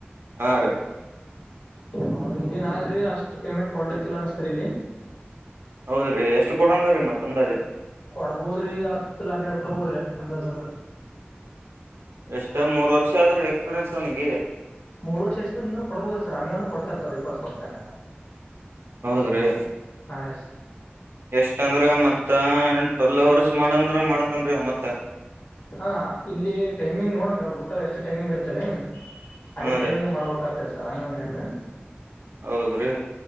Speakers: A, on the right; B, on the left.
A: ಹಾ ರೀ
B: ಹೌದ್ರ ಇಲ್ಲಿನ್ ಆದ್ರಿ ಅಷ್ಟು ಪೇಮೆಂಟ್ ಕೊಡ್ಲಿಕ್ಕಿಲ್ಲ ಅನ್ನುಸ್ತಾರ್ ಇಲ್ಲಿ.
A: ಹೌದ್ರೀ ಎಷ್ಟ ಕೊಡಂಗಾರೀ ಮತ್ತ ಅಂದಾಜ್
B: ಕೊಡ್ಬೋದ್ರಿ ಹತ್ಲಿ ಹನ್ನೆರಡ ಕೊಡ್ಬೋದ್ರಿ ಅಂದಾಜ್ ಅಂದ್ರ
A: ಎಷ್ಟ ಮೂರ್ ವರ್ಷ ಆದ್ರಿ ಎಕ್ಸ್ಪೀರಿಯನ್ಸ್ ಅವನಿಗಿ
B: ಮೂರ್ ವರ್ಷ ಎಕ್ಸ್ಪೀರಿಯನ್ಸ್ ಅಂದರ ಕೊಡಬಹುದರಿ ಸರ್ ಹಂಗಂದ್ರ ಕೊಡ್ತಾರತೋರಿ ಇಪ್ಪತ್ತು ಕೊಡ್ತಾರರಿ ಹಂಗಂದ್ರ
A: ಹೌದ್ರೀ
B: ರೀ ಸರ್
A: ಎಷ್ಟಂದ್ರ ಮತ್ತ ಟ್ವೆಲ್ ಅವರ್ಸ್ ಮಾಡಂದ್ರ ಮಾಡ್ತನ್ರಿ ಅವ ಮತ್ತ್
B: ಹಾ ಇಲ್ಲಿ ಟೈಮಿಂಗ್ ನೋಡಮ್ರಿ ಅವ ಬುಟ್ಟವ ಎಷ್ಟ್ ಟೈಮಿಂಗ್ ಇರ್ತಿದ್ರಿ ಅದೇ
A: ಹಾ
B: ಟೈಮಿಂಗ್
A: ರೀ
B: ಮಾಡ್ಬೇಕತ್ರಿ ಸರ್ ಹಂಗಂದ್ರ ಹೆಂಗ್ರೀ
A: ಹೌದ್ರಿ